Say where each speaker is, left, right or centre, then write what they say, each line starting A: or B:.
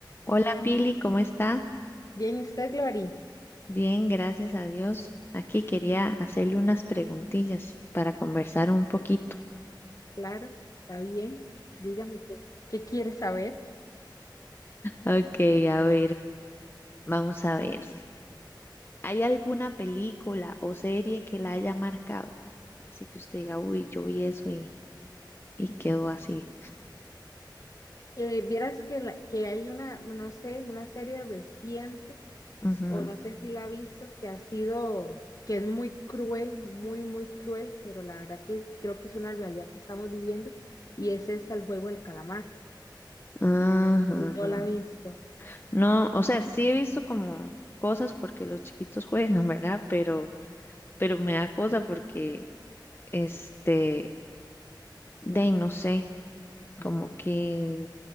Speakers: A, on the left; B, on the left.
A: Hola Pili, ¿cómo está?
B: Bien, ¿y usted, Glory?
A: Bien, gracias a Dios. Aquí quería
B: Bien,
A: hacerle unas preguntillas para conversar un poquito.
B: Claro, está bien. Dígame qué. ¿Qué quiere saber?
A: Ok, a ver, vamos a ver. ¿Hay alguna película o serie que la haya marcado? Así que usted diga, uy, yo vi eso y, y quedó así.
B: Eh, vieras que, la- que hay una, no sé, una serie reciente,
A: Ujú.
B: o no sé si la ha visto, que ha sido, que es muy cruel, muy, muy cruel, pero la verdad que creo que es una realidad que estamos viviendo, y es esta, el juego del calamar.
A: Ah, Ajá, ajá.
B: No la ha visto.
A: No, o sea, sí he visto como cosas porque los chiquitos <laughs> juegan, ¿verdad? Pero, pero me da cosa porque, este, de ahí no sé, como que